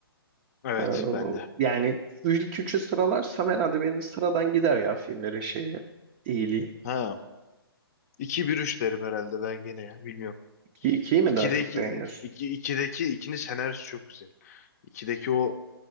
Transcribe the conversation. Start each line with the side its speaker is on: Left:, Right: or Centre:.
Left: evet
Right: Ee,
Left: bende.
Right: yani ilk üçü sıralarsam herhalde benim de sıradan gider ya filmlerin şeyi, iyiliği.
Left: Ha iki bir üç derim herhalde ben gene ya bilmiyorum.
Right: İ- İkiyi mi
Left: 2'deki
Right: daha çok beğeniyorsun?
Left: 2 2'deki 2'nin senaryosu çok güzel. 2'deki o